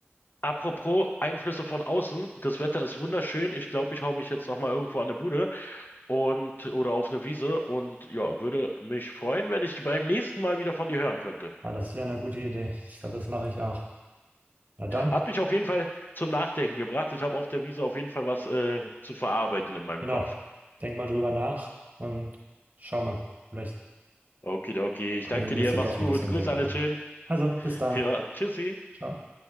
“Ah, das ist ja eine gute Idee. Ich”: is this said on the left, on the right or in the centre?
Right